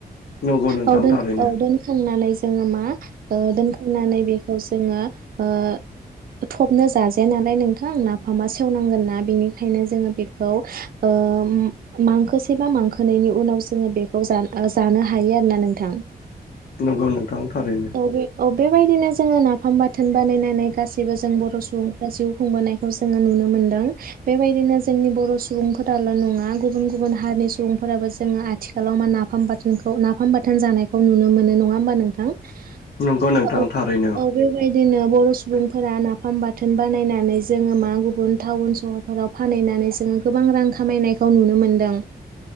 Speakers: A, on the left; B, on the right.
A: नंगौ नोंथां
B: औ दोन
A: थारैनो
B: औ दोनखांनानै जोङो मा ओ दोनखांनानै बेखौ जोङो ओ थबनो जाजाया नालाय नोंथां नाफामा सेवनांगोनना बेनिखायनो जोङो बेखौ ओ मांखोसेबा मांखोनैनि उनाव जोङो बेखौ जानो ओ जानो हायो आरोना नोंथां
A: नंगौ नोंथां थारैनो
B: औ बे औ बेबायदिनो जोङो नाफाम बाथोन बानायनानै गासै बो जों बर' सुबुंफ्रा जिउ खुंबोनायखौ जोङो नुनो मोनदों बेबायदिनो जोंनि बर' सुबुंफोराल' नङा गुबुन गुबुन हारिनि सुबुंफोराबो जोङो आ थिखालाव मा नाफाम बाथोनखौ नाफाम बाथोन जानायखौ नुनो मोनो नङा होमबा नोंथां औ
A: नंगौ नोंथां थारैनो
B: औ बेबायदिनो बर' सुबुंफोरा नाफाम बा थोन बानायनानै जोङो मा गुबुन टाउन सहरफोराव फानहैनानै जोङो गोबां रां खामायनायखौ नुनो मोनदों